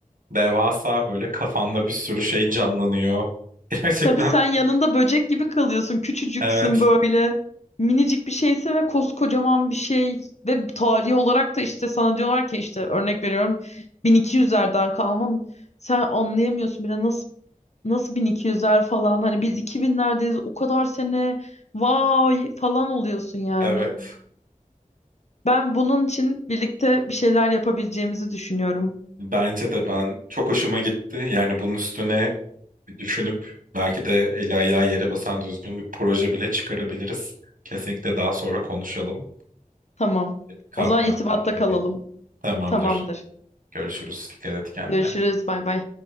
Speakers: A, on the right; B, on the left.
A: devasa böyle kafanda bir sürü şey canlanıyor. <laughs> Gerçekten
B: Tabii sen yanında böcek gibi kalıyorsun. Küçücüksün
A: evet
B: böyle. Minicik bir şeyse ve koskocaman bir şey. Ve tarihi olarak da işte sana diyorlar ki işte örnek veriyorum 1200'lerden kalman. Sen anlayamıyorsun bile nasıl Nasıl 1200'ler falan hani biz iki binlerdeyiz o kadar sene vay falan oluyorsun yani.
A: evet.
B: Ben bunun için birlikte bir şeyler yapabileceğimizi düşünüyorum.
A: Bence de ben çok hoşuma gitti. Yani bunun üstüne bir düşünüp belki de eli ayağı yere basan düzgün bir proje bile çıkarabiliriz. Kesinlikle daha sonra konuşalım.
B: Tamam.
A: Kalkmam
B: O zaman irtibatta
A: gerekiyor
B: kalalım.
A: benim. Tamamdır.
B: Tamamdır.
A: Görüşürüz. Dikkat et kendine.
B: Görüşürüz. Bay bay.